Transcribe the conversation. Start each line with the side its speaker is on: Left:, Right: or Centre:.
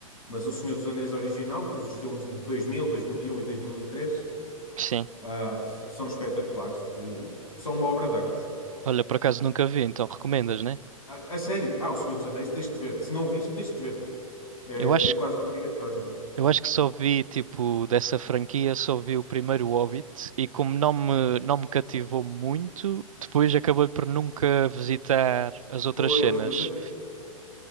Left: Mas o Senhor dos Anéis original, os filmes de 2000, 2001 e 2003,
Right: Sim.
Left: ah, s- são espetaculares e são uma obra de arte.
Right: Olha, por acaso nunca vi, então recomendas, né?
Left: A, a sério, ah, O Senhor dos Anéis tens que ver. Se não viste, tens que ver. É,
Right: Eu acho,
Left: é quase obrigatório.
Right: eu acho que só vi, tipo, dessa franquia, só vi o primeiro Hobbit e como não me, não me cativou muito, depois acabei por nunca visitar as outras
Left: Pois,
Right: cenas.
Left: mas eu,